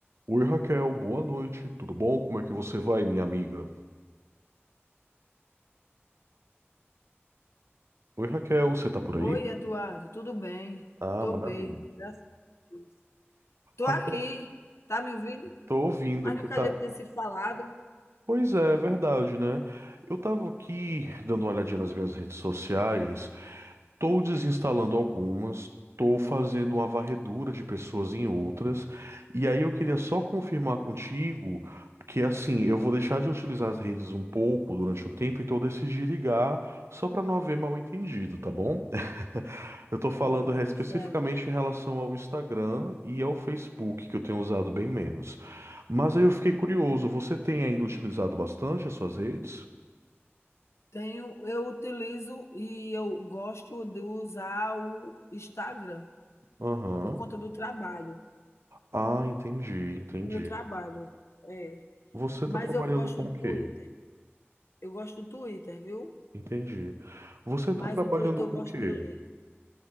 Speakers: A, on the right; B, on the left.
A: Oi Raquel, boa noite, tudo bom? Como é que você vai, minha amiga? Oi Raquel, você tá por
B: Oi,
A: aí?
B: Eduardo, tudo bem?
A: Ah,
B: Tô
A: maravilha.
B: bem, graças a Deus. Tô aqui,
A: Raquel,
B: tá me ouvindo?
A: tô ouvindo,
B: Mas
A: porque
B: nunca
A: tá.
B: a gente tinha se falado.
A: Pois é, é verdade, né? Eu tava aqui dando uma olhadinha nas minhas redes sociais Estou desinstalando algumas, estou fazendo uma varredura de pessoas em outras, e aí eu queria só confirmar contigo que assim, eu vou deixar de utilizar as redes um pouco durante um tempo, então eu decidi ligar só para não haver mal entendido, tá bom? <laughs> Eu estou falando
B: Tá bom,
A: é, especificamente
B: certo.
A: em relação ao Instagram e ao Facebook, que eu tenho usado bem menos. Mas aí eu fiquei curioso, você tem ainda utilizado bastante as suas redes?
B: Tenho, eu utilizo e eu gosto de usar o Instagram
A: Aham.
B: por conta do trabalho,
A: Ah, entendi, entendi.
B: do meu trabalho. É,
A: Você está
B: mas
A: trabalhando
B: eu gosto
A: com
B: do
A: o quê?
B: Twitter. Eu gosto do Twitter, viu?
A: Entendi. Você está
B: Mas
A: trabalhando
B: o Twitter
A: com
B: eu gosto
A: o quê?
B: de ler.